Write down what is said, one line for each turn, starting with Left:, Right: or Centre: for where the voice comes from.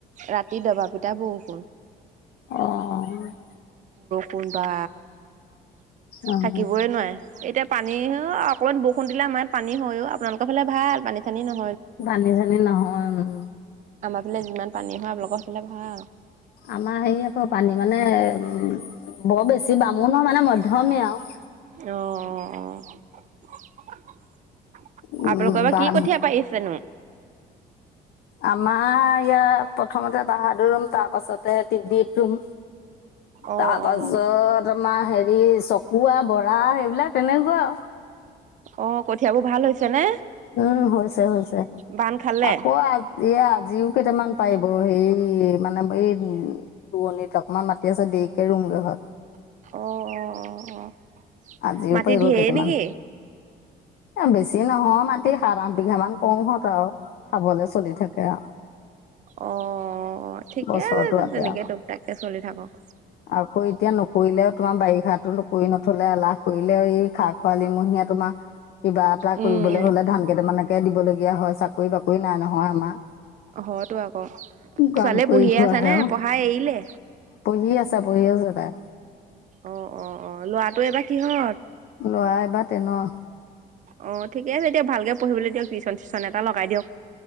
Right: ৰাতি দবা পিটা বৰষুণ
Left: অ', অ'।
Right: কোনবা।
Left: অ',
Right: থাকিবই নোৱাৰে এতিয়া পানী অকমান বহুত। ফোন দিলে আমাৰাত পানী হয়ও আপোনালোকৰ ফালে ভাল পানী <unintelligible>
Left: পানি চানি নহয় উম।
Right: এ ফালে যিমান পানী হয় আপোনাৰ লোকৰ ফালে ভাল
Left: আমাৰ হেৰি আকৌ পানী মানে উম বৰ বেছি বামু নহ মানে মধ্যমীয়া আৰু।
Right: অহ '।
Left: উম,
Right: আপোনালোকৰ বা
Left: বাম
Right: কি কঠীয়া পাইিছেনো?
Left: আমাৰ ইয়াত প্ৰথমতে বাহাদুৰ ৰুম, তাৰ পাছতে ত্ৰিদিপ ৰুম।
Right: অ অ
Left: তাৰ পাছত আমাৰ হেৰি, চকুৱা বন ধৰা সেইবিলাক তেনেকুৱা আৰু
Right: অহ, কঠিয়াবোৰ ভাল হৈছে নে?
Left: উম, হৈছে, হৈছে।
Right: বান খালে
Left: আকৌ আ, এই আজিও কেইটামান পাৰিব হে, মানে এই উম, দুৱণিত অকমান মাটি আছে। দেৰিকে ৰুমগৈ হয়।
Right: অ, অ, অ, অ'।
Left: আজি
Right: মাটি
Left: পাৰিব
Right: ঢেৰ
Left: কেইটামান।
Right: নেকি
Left: এ বেছি নহয় মাটি। সাত, আঠ বিঘা মান কম হত আৰু খাবলে চলি থাকে আৰু।
Right: অ ঠিকে
Left: বছৰটো
Right: আছে
Left: আতে
Right: তেনেকে
Left: আৰু।
Right: তোক তাককে চলি থাকক
Left: আকৌ এতিয়া নকৰিলেও তোমাৰ বাৰিষাতো কৰী নথলে এলাহ কৰিলে এই খা, খৰালি মহীয়া তোমাৰ কিবা এটা
Right: উম
Left: কৰিবলৈ হলে ধান কেইটামানকে দিব কৰিব লগীয়া হয়। চাকৰি বাকৰি নাই নহয় আমাৰ
Right: হয়তো আকৌ।
Left: কাম
Right: ছোৱালীয়ে
Left: কৰি
Right: পঢ়িয়ে
Left: খোৱাহে
Right: আছ নে?
Left: আৰু
Right: পঢ়া এৰিলে?
Left: পঢ়ি আছে পঢ়ি আছে তাই
Right: অ, অ, অ, ল'ৰাটো এইবাৰ কিহঁত?
Left: ল'ৰা এইবাৰ তেনৰ।
Right: অহ, ঠিকে আছে দিয়ক ভালকে পঢ়িবলৈ দিয়ক টিউচন চিউচন এটা লগাই দিয়ক।